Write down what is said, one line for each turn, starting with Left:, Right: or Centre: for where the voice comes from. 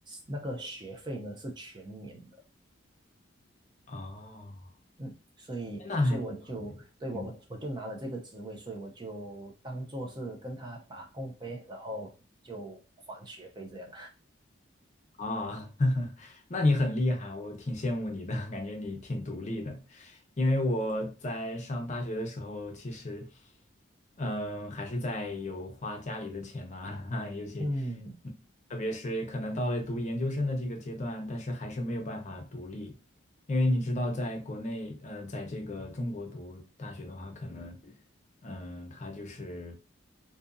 Right: 那个学费呢是全免的。
Left: 哦，
Right: 嗯，所以，
Left: 那还挺好的，
Right: 所以我就对我我我就拿了这个职位，
Left: 嗯
Right: 所以我就当做是跟他打工呗，然后就还学费这样。
Left: 哦，<laughs> 那你很厉害，我挺羡慕你的，感觉你挺独立的。因为我在上大学的时候，其实，嗯、还是在有花家里的钱啦，<laughs> 尤其，
Right: 嗯，
Left: 嗯特别是可能到了读研究生的这个阶段，但是还是没有办法独立。因为你知道，在国内，呃，在这个中国读大学的话，可能，嗯，他就是